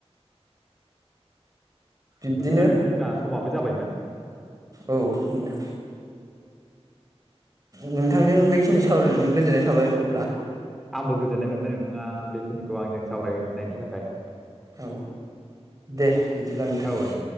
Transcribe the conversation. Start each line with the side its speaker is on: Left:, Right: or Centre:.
Right: बिब्दिनो
Centre: बिदिब्ला नोंथां जोंना समा बो जाबायमोन
Right: औ नोंथां नोंथांजों बेखिनि सावरायनानै गोजोननाय थाबाय अब्ला
Centre: आंबो गोजोननाय मोनबाय नोंथाङा बेखिनिखौ आंजों सावरायनायनि थाखाय
Right: औ दे बिदिब्ला नोंथां
Centre: औ दे